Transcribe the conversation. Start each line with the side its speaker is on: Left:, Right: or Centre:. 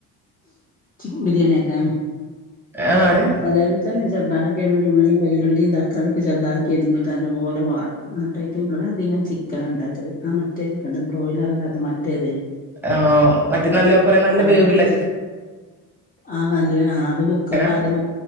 Left: ചിക്കൻ ബിരിയാണി ഒക്കെ
Centre: ആഹ് അതെ
Left: അതെപോലെ തന്നെ ചെറുതാ വെള്ളുള്ളിയും വല്ലുള്ളിയും തക്കാളിയൊക്കെ ചെറുതാക്കി അരിഞ്ഞിട്ട് നല്ലതു പോലെ വാട്ടും എന്നിട്ടേക്കും ഇവിടെ അധികം ചിക്കനാണ് ഉണ്ടാക്കിയത് ആ മറ്റേ ചിക്കണ്ട് ബ്രോയിലലർണ്ടാ മ തെ തെ
Centre: ആഹ മറ്റ നല്ല കൊറെ നല്ല
Left: അത്
Centre: വേവുള്ള ചിക്ക
Left: ആ നല്ല ആ അത് കുക്കറൽ
Centre: ചിക്കനാ
Left: ആദ്യം